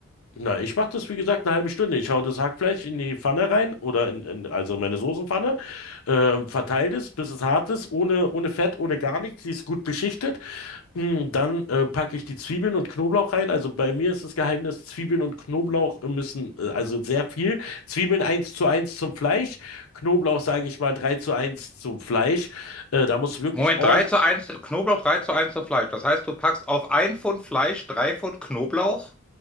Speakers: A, on the left; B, in the centre.
A: na, ich mache das, wie gesagt, eine halbe Stunde. Ich hau das Hackfleisch in die Pfanne rein oder in, in also meine Soßenpfanne, ähm, verteile es, bis es hart ist, ohne, ohne Fett, ohne gar nichts. Die ist gut beschichtet. Hm, dann äh, packe ich die Zwiebeln und Knoblauch rein. Also bei mir ist das Geheimnis, Zwiebeln und Knoblauch müssen, äh, also sehr viel. Zwiebeln eins zu eins zum Fleisch, Knoblauch, sage ich mal, 3 zu eins zum Fleisch. Äh, da muss wirklich
B: Moment,
A: ordentlich.
B: drei zu eins Knoblauch drei zu eins zum Fleisch. Das heißt, du packst auf ein Pfund Fleisch 3 Pfund Knoblauch?